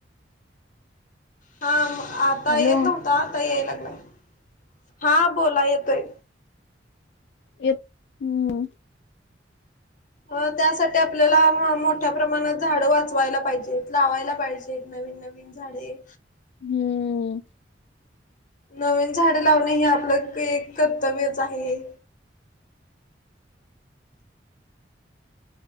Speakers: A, on the left; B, on the left.
A: हा, आता
B: हॅलो
A: येत नव्हता. ता लागलाय हा बोला येतोय.
B: ए त हम्म,
A: अ त्यासाठी आपल्याला म मोठ्या प्रमाणात झाडं वाचवायला पाहिजेत लावायला पाहिजेत. नवीन नवीन झाडे.
B: हम्म,
A: नवीन झाडे लावणे हे आपलं एक कर्तव्यच आहे.